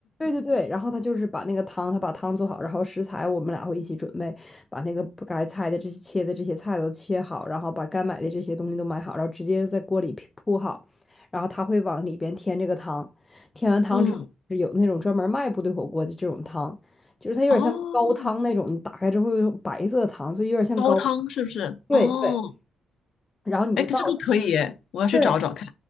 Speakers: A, on the left; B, on the left.
A: 对对对，然后他就是把那个汤，他把汤做好，然后食材我们俩会一起准备，把那个不该菜的这些切的这些菜都切好，然后把该买的这些东西都买好，然后直接在锅里铺铺好，然后他会往里边添这个汤，添完汤之后是有那种专门卖部队火锅的这种汤，
B: 嗯，
A: 就是它有点像高汤那种，
B: 哦，
A: 你打开之后有白色的汤，所以有点像高汤，
B: 高汤是不是？
A: 对对，
B: 哦，
A: 然后你就倒。
B: 哎，这个可以耶，我要去找找看。
A: 对。